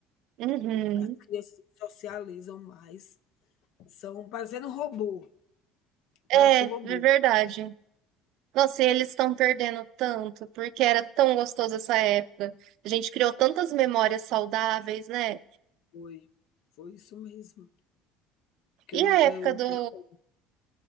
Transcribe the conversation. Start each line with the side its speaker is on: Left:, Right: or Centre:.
Right: Uhum.
Left: As crianças socializam mais. São parecendo um robô.
Right: É,
Left: Parece um
Right: é
Left: robô.
Right: verdade. Nossa, e eles estão perdendo tanto, porque era tão gostoso essa época. A gente criou tantas memórias saudáveis, né?
Left: Foi. Foi isso mesmo. Que eu
Right: E
Left: não.
Right: a
Left: Eu
Right: época
Left: recordo.
Right: do,